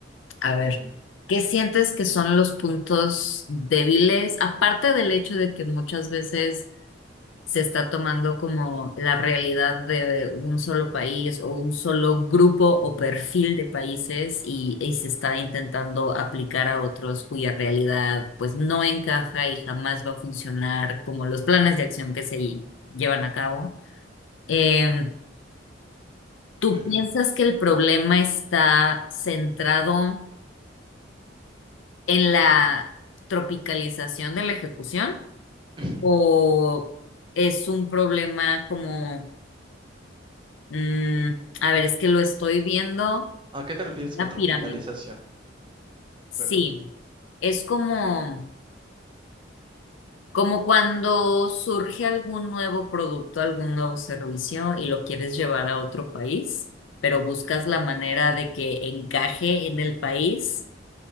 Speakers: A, on the left; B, on the right.
A: a ver,
B: Ujú,
A: ¿qué sientes que son los puntos débiles? Aparte del hecho de que muchas veces se está tomando como la realidad de un solo país o un solo grupo o perfil de países y, y se está intentando aplicar a otros cuya realidad pues no encaja y jamás va a funcionar como los planes de acción que se llevan a cabo. Em, ¿tú
B: ujú,
A: piensas que el problema está centrado en la tropicalización de la ejecución
B: <clears throat> ujú.
A: o es un problema como Mm, a ver, es que lo estoy viendo.
B: ¿A qué te refieres
A: Una
B: con tropicalización?
A: pirámide. Sí.
B: Perdón.
A: Es como, como cuando surge algún nuevo producto, algún nuevo servicio y lo quieres llevar a otro país, pero buscas la manera de que encaje en el país